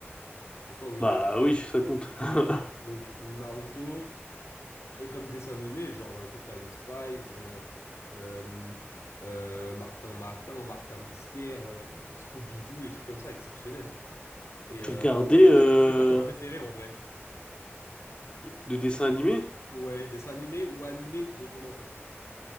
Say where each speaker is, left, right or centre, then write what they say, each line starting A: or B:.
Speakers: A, on the left (about 80°); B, on the left (about 25°).
A: En soi, oui,
B: Bah
A: du coup.
B: oui, ça compte. <laughs>
A: Donc, Naruto, et comme dessin animé, genre euh, Totally Spies, euh, euh, euh, Martin Matin, Martin Mystère, euh, Scooby-Doo, et trucs comme ça, exceptionnels. Et
B: Tu
A: euh,
B: regardais
A: moi, je pense,
B: euh,
A: c'était quoi ton préféré en vrai?
B: de dessins animés?
A: Ouais, dessin animé ou animé de ton enfance?